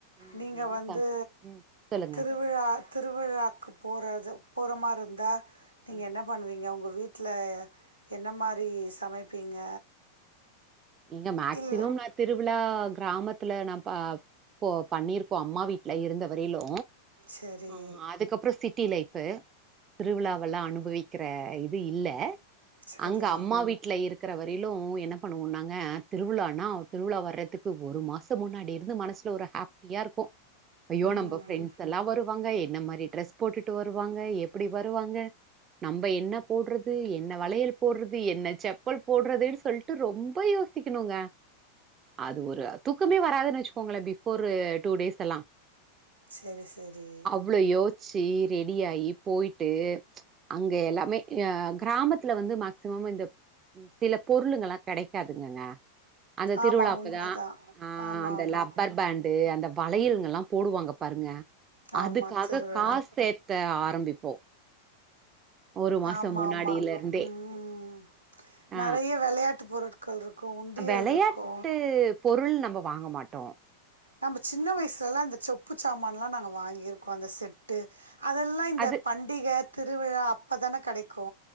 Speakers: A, on the right (about 25°); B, on the right (about 85°).
A: ம்
B: நீங்க
A: என்ன
B: வந்து
A: சம் ம். சொல்லுங்க.
B: திருவிழா திருவிழாக்கு போறது போற மாரி இருந்தா நீங்க
A: அ.
B: என்ன பண்ணுவீங்க உங்க வீட் வீட்ல என்ன மாரி சமைப்பீங்க
A: இங்க மேக்டிமம்
B: இல்லை
A: மேத் திருவிழா கிராமத்துல நா பா போ பண்ணியிருக்கோ அம்மா வீட்ல இருந்தவரையிலு
B: சரி
A: ஆ அதுக்கப்புற சி ட்டி லைஃப் திருவிழாவெல்லா அனுபவிக்கிற இது இல்ல
B: சரி
A: அங்க அம்மா வீட்ல இருக்கிற வரையிலு என்ன பண்ணுவோ நாங் க திருவிழானா திருவிழா வர்றதுக்கு ஒரு மாச முன்னாடி இருந்து மனசுல ஒரு ஹாப்பியா இருக்கு ஐயோ
B: ம்
A: நம்ம ஃப்ரெண்ட்ஸ் எல்லா வருவாங்க என்ன மாரி டிரெஸ் போட்டுட்டு வருவாங்க எப்டி வருவாங்க நம்ப என்ன போடுறது என்ன வளையல் போடுறது என்ன செப்பல் போடுறதுன்னு சொல்ட்டு ரொம் ப யோசிக்கணுங்க அது ஒரு தூக்கமே வராதுன்னு வச்சிக்கோங்கள பிபோர் டூ டேஸ் எல்லா
B: செரி செரி
A: அவ்ளோ யோசிச்சி ரெடியாய் போயிட்டு அங்க எல்லாமே அ கிராமத்துல வந்து மேக்சிமம் இந்த சில பொருளுங்கல்லா கெடை இருக்காதுங்க அந்த திருவிழா
B: ஆமாம்
A: அப்பதா
B: உண்மை தான்
A: ஆ
B: ஆமாம்
A: அந்த
B: ஆமாம்
A: லப்பர் பேண்ட் டு அந்த வளையல்கள் எல்லா போடுவாங்க பாருங்க
B: ஆமாம்
A: அதுக்காக
B: திருவிழா
A: காசு செத் த ஆரம்பிப்போ ஒரு மாசோ
B: ஆமா
A: முன்னாடியில
B: ஆமா
A: இருந்தே
B: ம் ம் ம்
A: ஆ
B: நறைய விளையாட்டு பொருட் கள் இருக்கு உண்டியல்
A: வெளையாட்டு
B: இருக்கு
A: பொருள் நம்ப வாங்கமாட்டோ
B: நம்ம சின்ன வயசுல எல்லா இந்த செப்பு சாமான்னா நாங்க வாங்கியிருக்கோ அந்த செட்டு அதெல்லா இந்த
A: அது
B: பண்டிக திருவிழா அப்ப தான கெடைக்கு